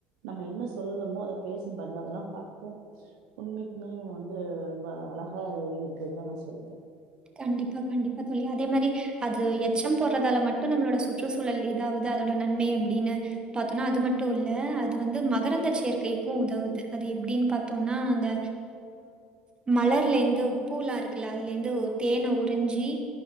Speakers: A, on the right; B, on the right.
A: நம்ம என்ன சொல்லுறோமோ அத பேசும் பாருங்க அதல்லா பாக்கவு உண்மைக்குமே வந்து ரொம்ப அழகா இருக்குதுதா நா சொல்லுவ
B: கண்டிப்பா கண்டிப்பா தோழி அதே மாரி அது அச்சம் போறதால மட்டு நம்மளோட சுற்றுச்சூழல் இதாவது அதோட நன்மை அப்படினு பாத்தோனா அது மட்டு இல்ல அது வந்து மகரந்த சேர்க்கைக்கு உதவுவது அது எப்படின் பாத்தோம்னா அந்த மலர்ல இந்து பூலா இருக்குல்ல அதுலேந்து தேன உறிஞ்சி